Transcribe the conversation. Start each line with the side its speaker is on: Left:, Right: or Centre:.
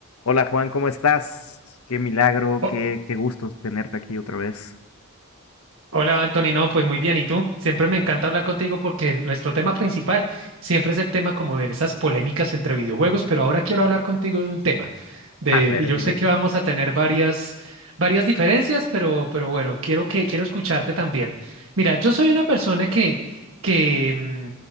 Left: Hola Juan, ¿cómo estás? Qué milagro,
Right: Ho-
Left: qué, qué gusto tenerte aquí otra vez.
Right: Hola Anthony, no, pues muy bien, ¿y tú? Siempre me encanta hablar contigo porque nuestro tema principal siempre es el tema como de esas polémicas entre videojuegos, pero ahora quiero hablar contigo de un tema
Left: <laughs>
Right: de,
Left: A ver,
Right: y yo
Left: dime.
Right: sé que vamos a tener varias, varias diferencias, pero, pero bueno, quiero que, quiero escucharte también. Mira, yo soy una persona que, que mm,